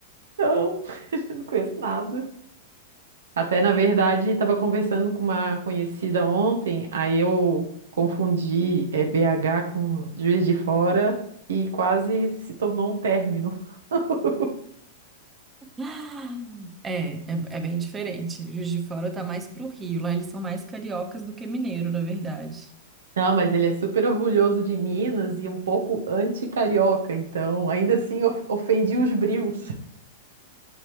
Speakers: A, on the right; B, on the right.
A: Não, <laughs> não conheço nada. Até, na verdade, estava conversando com uma conhecida ontem, aí eu confundi é, BH com Juiz de Fora e quase se tornou um término. <laughs>
B: Ah, É, é, é bem diferente. Juiz de Fora tá mais pro Rio. Lá eles são mais cariocas do que mineiro, na verdade.
A: Não, mas ele é super orgulhoso de Minas e um pouco anti-carioca, então ainda assim of- ofendi os brios.